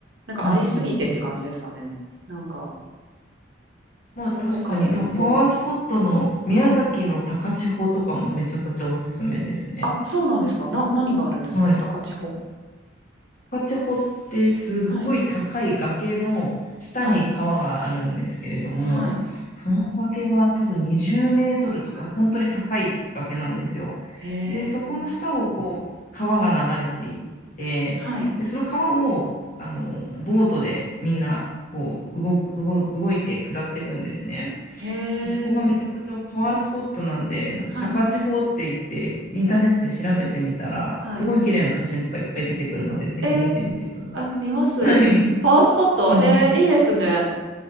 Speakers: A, on the right (about 65°); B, on the left (about 45°).
A: なんかありすぎてって感じですかね。
B: うん、うん、うん、うん。
A: なんか、
B: まあ確かに、
A: どこから行こうみたい
B: でもパワースポットの宮崎の高千穂とかもめちゃくちゃおすすめですね。
A: な。はい。あ、そうなんですか。な、何があるんですか高千穂。
B: はい。パチェホってすっごい高い崖の下に川があるんですけれども、
A: はい。はい。はい。
B: その崖が多分20メートルとか本当に高い崖なんですよ。
A: へえ。
B: で、そこの下をこう川が流れていて、
A: はい。
B: で、その川をあのボートでみんなこう動く、動、動いて下っていくんですね。
A: へ
B: で、そこがめちゃくちゃパワースポットなんで、
A: え。
B: なんか高千穂って言って、
A: はい。
B: インターネットで調べてみたら、
A: はい。
B: すごい綺麗な写真とかいっぱい出てくるので、ぜひ見てみてくだ
A: えー、あ、見ます。
B: さい。はい。
A: パワースポット。
B: うん。
A: へえ、いいですね。